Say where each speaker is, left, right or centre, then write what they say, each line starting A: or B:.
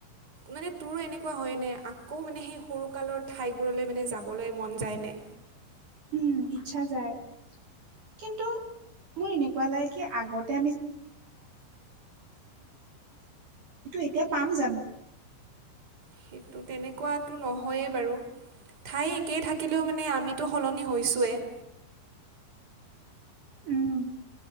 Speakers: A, on the right (about 20°); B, on the right (about 45°).
A: মানে তোৰো এনেকুৱা হয় আকৌ ম সেই সৰুকালৰ ঠাইবোৰলৈ মানে যাবলৈ মন যায়নে
B: উ ইচ্ছা যায় কিন্তু এনেকুৱা আগতে এতিয়া পাম জানো
A: সেইটো তেনেকুৱো নহয়েই বাৰু ঠাই একেই থাকিলেও মানে আমিতো সলনি হৈছঁৱেই
B: উম